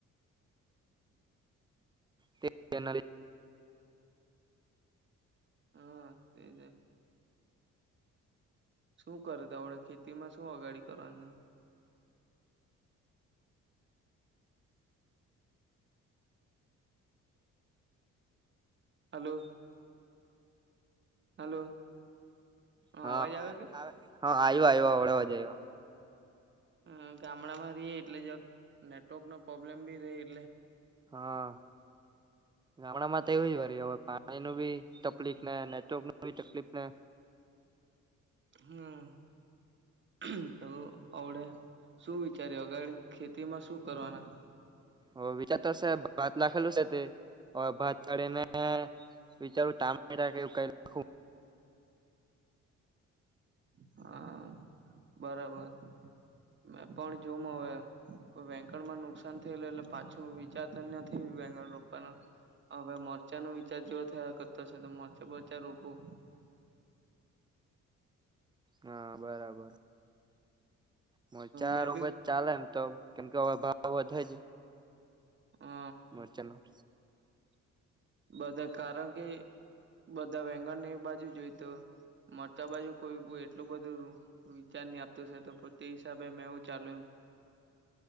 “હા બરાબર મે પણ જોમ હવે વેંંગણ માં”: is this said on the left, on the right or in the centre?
Right